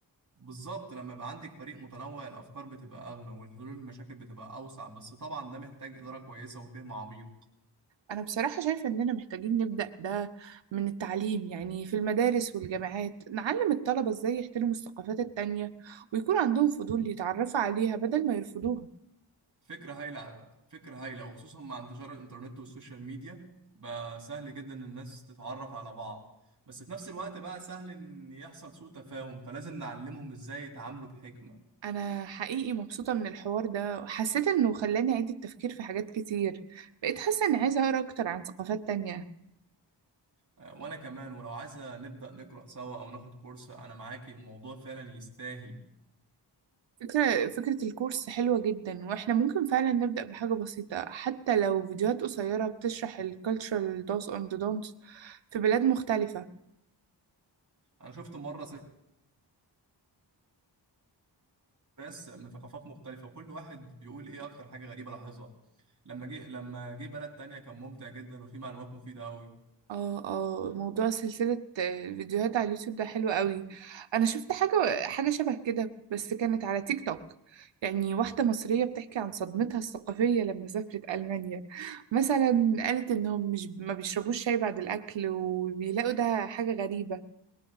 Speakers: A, on the right; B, on the right.
A: بالظبط لما يبقى عندك فريق متنوع الافكار بتبقى اغنى والحلول المشاكل بتبقى اوسع بس طبعا ده محتاج إدارة كويسة وفهم عميق
B: انا بصراحه شايفه اننا محتاجين نبدا ده من التعليم يعني في المدارس والجامعات نعلم الطلبه ازاي يحترموا الثقافات التانية ويكون عندهم فضول يتعرفوا عليها بدل ما يرفضوها
A: فكرة هايلة فكرة هايلة وخصوصا مع انتشار الإنترنت والسوشيال ميديا بقى سهل جدا إن الناس تتعرف على بعض بس في نفس الوقت بقى سهل إن يحصل سوء تفاهم فلازم نعلمهم إزاي يتعاملوا بحكمة
B: انا حقيقي مبسوطه من الحوار ده وحسيت انه خلاني اعيد التفكير في حاجات كتير بقيت حاسه اني عايزه اقرا اكتر عن ثقافات تانية
A: آه، وأنا كمان ولو عايزة نبدأ نقرأ سوا أو ناخد كورس أنا معاكي الموضوع فعلا يستاهل
B: فكرة فكرة الكورس حلوة جدا واحنا ممكن فعلا نبدأ بحاجة بسيطة حتى لو فيديوهات قصيرة بتشرح ال cultural do's and the don'ts في بلاد مختلفة
A: أنا شفت مرة ناس من ثقافات مختلفة وكل واحد بيقول إيه أكتر حاجة غريبة لاحظها لما جه لما جه بلد تانية كان ممتع جدا وفيه معلومات مفيدة أوي
B: اه اه موضوع سلسلة آه، الفيديوهات على اليوتيوب ده حلو قوي انا شفت حاجة حاجة شبه كده بس كانت على تيك توك يعني واحدة مصرية بتحكي عن صدمتها الثقافية لما سافرت ألمانيا مثلا قالت إنهم مش ما بيشربوش شاي بعد الأكل وبيلاقوا ده حاجة غريبة